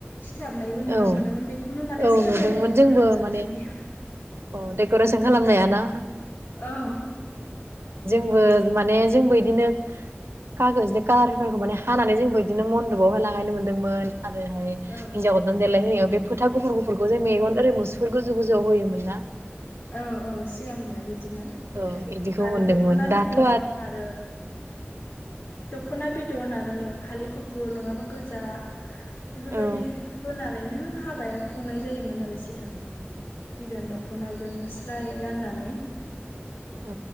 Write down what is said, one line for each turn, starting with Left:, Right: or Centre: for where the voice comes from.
Left: सिथाबनायबो नुनो
Right: औ
Left: मोनोमोन बेखौनो माने
Right: औ
Left: साजायनाय
Right: नुदोंमोन जोंबो
Left: होनोमोन आरो
Right: माने
Left: जोंनिया।
Right: अ डेक'रेसन खालामनायाना?
Left: औ।
Right: जोंबो माने जोंबो इदिनो कागज बे कालारफोरखौ माने हानानै जोंबो इदिनो मन्दपआवहाय लागायनो मोन्दोंमोन। आरोहाय
Left: औ
Right: देलाय होनायाव बे फोथा गुफुर गुफुरखौ जे मेगन ओरै मुसुुर गोजौ गोजौआव होयोमोन ना?
Left: औ औ सिगांनिया बिद दिमोन
Right: औ इदिखौ
Left: आरो
Right: मोनदोंमोन
Left: दख'ना
Right: दाथ'
Left: बिदन आरो दख'ना बिद दन आरो फालि गुफुर नङाबा गोजा बेफोरबायदि
Right: औ
Left: होनानैनो हाबाया खुंनाय जायोमोन आरो सिगाङाव। बिदन दखनाज स्राय गाननानै
Right: औ